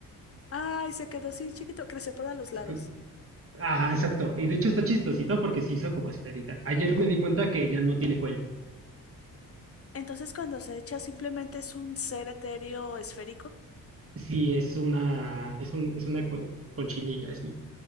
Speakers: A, on the left; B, on the right.
A: Ay, se quedó así chiquito. Creció para los
B: Se
A: lados.
B: cre- Ajá, exacto. Y de hecho está chistosito porque se hizo como esferita. Ayer me di cuenta que ya no tiene cuello.
A: Entonces, cuando se echa, simplemente es un ser etéreo esférico.
B: Sí, es una, es un, es una con- conchinilla así,